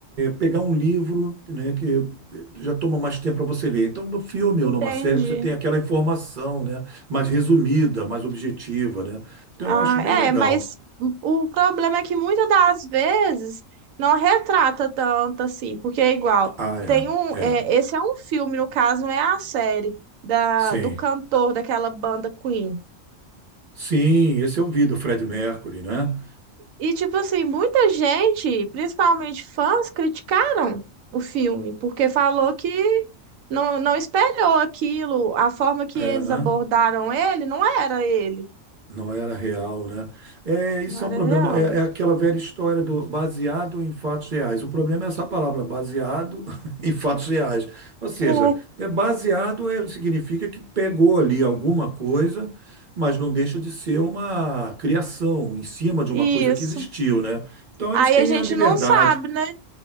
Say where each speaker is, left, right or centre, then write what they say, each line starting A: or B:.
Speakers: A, on the right; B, on the right.
A: pegar um livro, né, que já toma mais tempo para você ler. Então, no filme
B: entendi.
A: ou numa série, você tem aquela informação, né? mais resumida, mais objetiva, né? Então
B: Ah,
A: eu acho bem
B: é,
A: legal.
B: mas o problema é que muitas das vezes não retrata tanto assim, porque é igual.
A: Ah, é,
B: Tem um, é,
A: é,
B: esse é um filme, no caso, não é a série da,
A: sim.
B: do cantor daquela banda Queen.
A: Sim, esse é o vídeo, Fred Mercury, né?
B: E, tipo assim, muita gente, principalmente fãs, criticaram o filme, porque falou que não, não espelhou aquilo, a forma que
A: É,
B: eles
A: né?
B: abordaram ele não era ele,
A: Não era real, né? É, isso
B: não era
A: é um problema.
B: real.
A: É, é aquela velha história do baseado em fatos reais. O problema é essa palavra, baseado <laughs> em fatos reais. Ou seja,
B: É.
A: é baseado é, significa que pegou ali alguma coisa, mas não deixa de ser uma criação em cima de uma
B: Isso.
A: coisa que existiu, né? Então eles
B: Aí
A: têm
B: a gente
A: a liberdade.
B: não sabe, né?